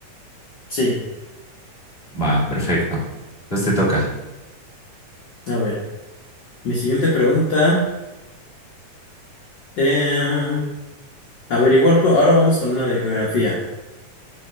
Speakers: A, on the left (about 50°); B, on the left (about 20°).
A: Sí.
B: Va, perfecto. Entonces te toca.
A: A ver, mi siguiente pregunta. eh, A ver, igual cu- ahora vamos con una de geografía.